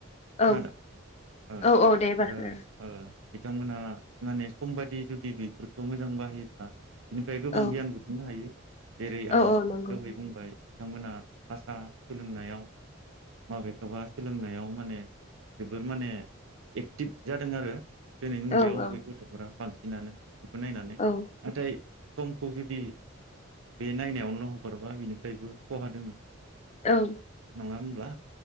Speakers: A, on the left; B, on the right.
A: औ
B: खोनादों
A: औ औ दे एबार खोनादों
B: <unintelligible> बिथांमोनहा माने सम बायदि जुदि बेफोरखौ मोजां बाहायोब्ला बेनिफ्राय गोबां
A: औ
B: गियान बुथुमनो हायो। जेरै आं
A: औ औ नंगौ
B: दहै बुंबाय। बिथांमोना भाषा सोलोंनायाव माबेखौबा सोलोंनायाव माने जोबोर माने एक्टिभ जादों आरो। दिनैनि मुगायाव
A: औ औ
B: बे गथ'फोरा बांसिन <unintelligible> नायनानै
A: औ
B: नाथाय समखौ जुदि बे नायनायावनोल' हगारोबा बेनिफ्रायबो खहा दोङो।
A: औ।
B: नंङा होमब्ला?